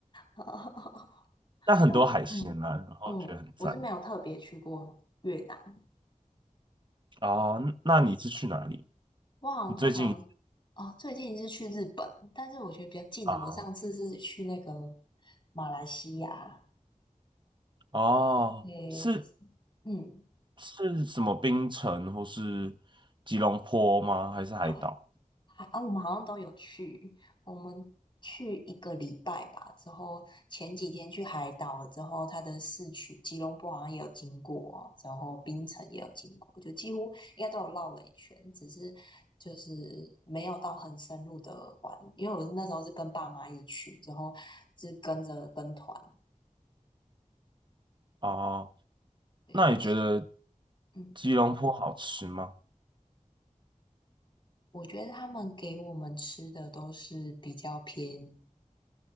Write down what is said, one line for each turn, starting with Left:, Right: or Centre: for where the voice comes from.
Left: <laughs> 哦哦哦哦
Right: 但很多海鲜啊，
Left: 因为我嗯嗯，
Right: 然后觉得很赞。
Left: 我是没有特别去过越南。
Right: 哦，那你是去哪里？
Left: 我好像通常哦，
Right: 你最近
Left: 最近是去日本，但是我觉得比较近的，
Right: 啊？
Left: 我上次是去那个马来西亚，
Right: 哦，
Left: 诶，
Right: 是
Left: 不是，嗯，
Right: 是什么槟城或是吉隆坡吗？还是海岛？
Left: 好，还啊，我们好像都有去，我们去一个礼拜吧，之后前几天去海岛了之后，它的市区吉隆坡好像也有经过，然后槟城也有经过，就几乎应该都有绕了一圈，只是就是没有到很深入的玩，因为我是那时候是跟爸妈一起去，之后是跟着跟团，
Right: 哦，
Left: 对，
Right: 那你觉得
Left: 嗯，
Right: 吉隆坡好吃吗？
Left: 我觉得他们给我们吃的都是比较偏